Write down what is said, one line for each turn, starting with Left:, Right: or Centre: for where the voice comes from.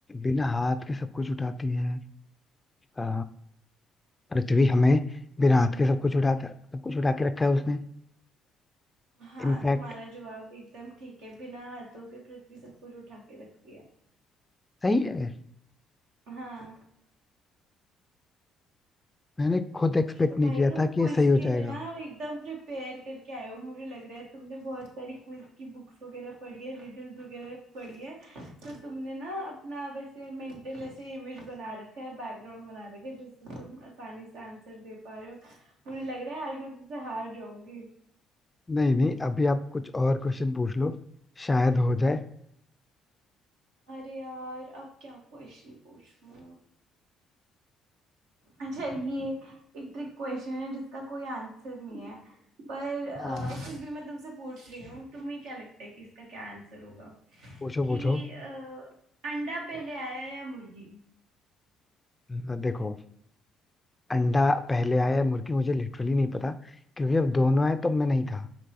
Left: बिना हाथ के सब कुछ उठाती है आ, पृथ्वी हमें बिना हाथ के सब कुछ उठाता सब कुछ उठा के रखा है उसने
Right: हाँ
Left: इनफैक्ट
Right: तुम्हारा जवाब एकदम ठीक है बिना हाथों के पृथ्वी सब कुछ उठा के रखती है
Left: सही है
Right: हाँ
Left: मैंने खुद एक्सपेक्ट
Right: आज तो
Left: नहीं
Right: भाई
Left: किया
Right: तुम
Left: था कि
Right: क्विज
Left: ये सही हो
Right: के लिए
Left: जाएगा
Right: ना एकदम प्रिपेयर करके आए हो मुझे लग रहा है तुमने बहुत सारी क्विज की बुक्स वगैरह पढ़ी है रिडल्स वगैरह पढ़ी है तो तुमने ना अपना वैसे मेंटल ऐसे इमेज बना रखा है बैकग्राउंड बना रखा है जिससे तुम आसानी से आंसर दे पा रहे हो मुझे लग रहा है आज मैं तुमसे हार जाऊंगी
Left: नहीं नहीं अभी आप कुछ और क्वेश्चन पूछ लो शायद हो जाए
Right: अरे यार अब क्या क्वेश्चन पूछूं अच्छा ये एक ट्रिक क्वेश्चन है जिसका कोई आंसर नहीं है पर अ,
Left: हाँ
Right: फिर भी मैं तुमसे पूछ रही हूँ तुम्हें क्या लगता है कि इसका क्या आंसर होगा
Left: पूछो
Right: कि
Left: पूछो
Right: अ, अंडा पहले आया या मुर्गी
Left: अ, देखो अंडा पहले आया या मुर्गी मुझे लिटरली नहीं पता क्योंकि जब दोनों आए तो मैं नहीं था